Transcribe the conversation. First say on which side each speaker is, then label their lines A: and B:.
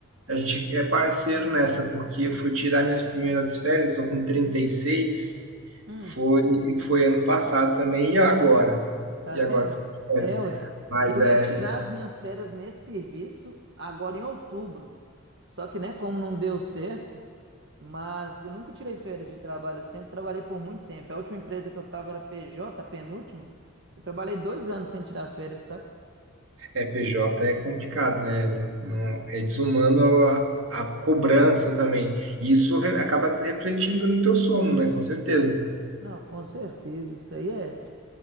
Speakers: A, on the right; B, on the right.
A: a gente é parceiro nessa, porque eu fui tirar minhas primeiras férias, estou com 36
B: Hum,
A: foi, foi ano passado também, e agora?
B: Tá
A: E
B: vendo?
A: agora? eu tô de férias.
B: É, ué.
A: Mas
B: Eu
A: é.
B: ia tirar as minhas férias nesse serviço agora em outubro. Só que, né, como não deu certo, mas eu nunca tirei férias de trabalho. Eu sempre trabalhei por muito tempo. A última empresa que eu tava era PJ, a penúltima. Eu trabalhei dois anos sem tirar férias, saca?
A: É, PJ é complicado, né? Não, não- é desumano a, a cobrança também. E isso re- acaba refletindo no teu sono, né? Com certeza.
B: Não, com certeza. Isso aí é,